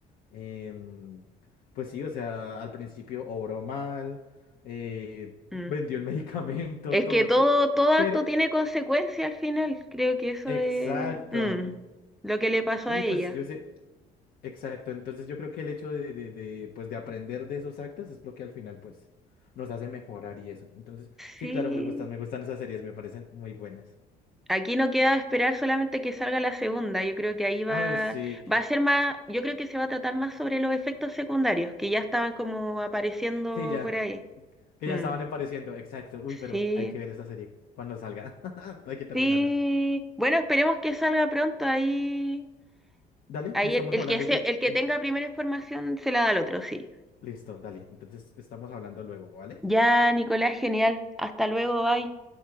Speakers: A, on the left (about 65°); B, in the centre.
A: em, pues sí, o sea, al principio obró mal, eh,
B: Mm.
A: vendió el <laughs> medicamento,
B: Es
A: todo,
B: que todo,
A: ¿sí?
B: todo acto
A: Pero
B: tiene consecuencia al final. Creo que eso
A: Exacto.
B: de mm, lo que le pasó
A: Y
B: a ella.
A: pues yo sé, exacto. Entonces yo creo que el hecho de, de, de, pues de aprender de esos actos es lo que al final pues nos hace mejorar y eso. Entonces, sí,
B: Sí.
A: claro, me gustan, me gustan esas series, me parecen muy buenas.
B: Aquí no queda esperar solamente que salga la segunda. Yo creo que ahí va,
A: Ay, sí.
B: va a ser más, yo creo que se va a tratar más sobre los efectos secundarios que ya estaban como apareciendo
A: Sí, ya,
B: por ahí.
A: que
B: Mm.
A: ya estaban apareciendo, exacto. Uy, pero
B: Sí,
A: hay que ver esa serie cuando salga. <laughs> Hay que terminarla.
B: sí. Bueno, esperemos que salga pronto ahí.
A: Dale,
B: Ahí
A: estamos
B: el, el
A: hablando
B: que se,
A: y te...
B: el que
A: y-
B: tenga primera información se la da al otro, sí.
A: Listo, dale. Entonces estamos hablando luego, ¿vale?
B: Ya, Nicolás, genial. Hasta luego, bye.